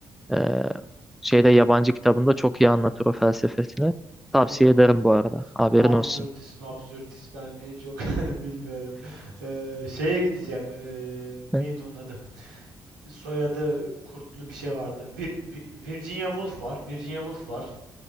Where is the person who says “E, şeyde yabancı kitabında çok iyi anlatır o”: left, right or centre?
Centre